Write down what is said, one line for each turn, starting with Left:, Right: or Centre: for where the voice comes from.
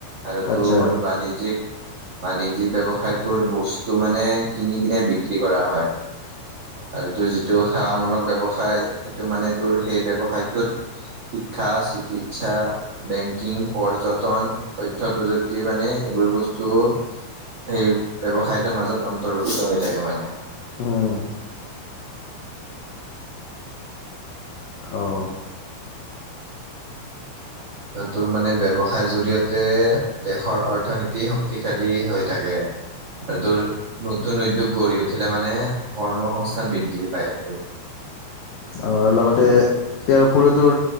Right: আৰু তোৰ
Left: আচ্ছা।
Right: বাণিজ্যিক বাণিজ্যিক ব্যৱসায় তোৰ বস্তু মানে কিনি কিনে বিক্ৰী কৰা হয়। আৰু তোৰ যিটো সেৱামূলক ব্যৱসায় সেইটো মানে তোৰ সেই ব্যৱসায়টোত শিক্ষা চিকিৎসা, বেংকিং, পৰ্যটন, তথ্যপ্ৰযুক্তিৰ মানে এইবোৰ বস্তু সেই ব্যৱসায়টোৰ মাজত অন্তৰ্ভুক্ত হৈ থাকে মানে।
Left: উম। অ'।
Right: তোৰ মানে ব্যৱসায়ৰ জৰিয়তে দেশৰ অৰ্থনীতি শক্তিশালী হৈ থাকে। আৰু তোৰ নতুন উদ্যোগ গঢ়ি উঠিলে মানে কৰ্মসংস্থান বৃদ্ধি পায় আৰু।
Left: অ' অ', লগতে ইয়াৰ উপৰিয়ো তোৰ